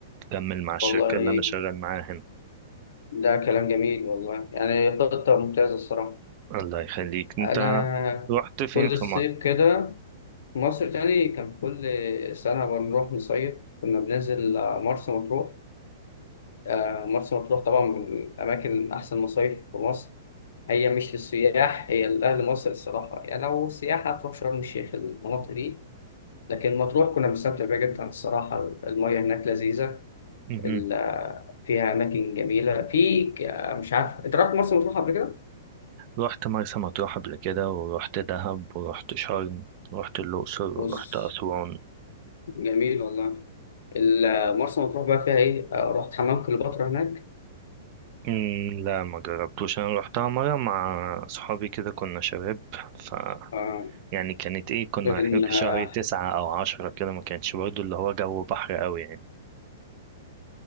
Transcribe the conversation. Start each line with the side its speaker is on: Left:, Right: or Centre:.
Right: أكمل مع الشركة
Left: والله
Right: اللي أنا شغال معاها هنا
Left: ده كلام جميل والله يعني خطة ممتازة الصراحة
Right: الله يخليك أنت
Left: أنا
Right: رحت فين
Left: كل
Right: في
Left: الصيف
Right: مصر؟
Left: كده مصر تاني كان في كل سنة بنروح نصيف كنا بننزل آه، مرسى مطروح آه، مرسى مطروح طبعا من الأماكن أحسن مصايف في مصر هي مش للسياح هي لأهل مصر الصراحة يعني لو سياحة هتروح شرم الشيخ المناطق دي لكن مطروح كنا بنستمتع بيها جدا الصراحة المياه هناك لذيذة
Right: أيوة
Left: ال- آه، فيها أماكن جميلة في ك- آه، مش عارف أنت رحت مرسى مطروح قبل كده؟
Right: رحت مرسى مطروح قبل كده ورحت دهب ورحت شرم ورحت الأقصر
Left: بص
Right: ورحت أسوان
Left: جميل والله ال- آه، مرسى مطروح بقى فيها إيه؟ آه، رحت حمام كليوباترا هناك
Right: أمم، لا ما جربتوش أنا رحتها مرة مع صحابي كده كنا شباب ف
Left: آه،
Right: يعني كانت إيه كنا
Left: كان
Right: رايحين في شهر تسعة أو عشرة كده ما كانتش برضو اللي هو جو بحر أوي يعني